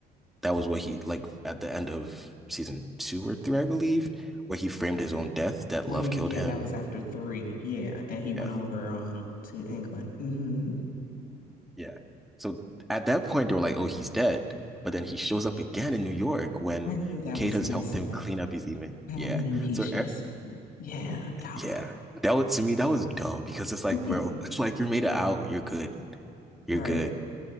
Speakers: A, in the centre; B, on the left.
A: That was what he like at the end of season two or three, I believe, where he framed his own death that
B: Where
A: love
B: he,
A: killed
B: yeah,
A: him.
B: that was after three. Yeah, and he went
A: Yeah.
B: over um to England. hmm
A: Yeah. So at that point they were like, Oh, he's dead. But then he shows up again in New York when
B: I knew that
A: Kate
B: was
A: has
B: messed
A: helped him
B: up.
A: clean up his image.
B: I
A: Yeah.
B: knew he
A: So
B: should
A: e-
B: have stayed. Yeah, doggone
A: yeah.
B: it.
A: That was to me, that was dumb because it's like,
B: Right,
A: bro, <laughs> it's like you made it out, you're good.
B: right.
A: You're good.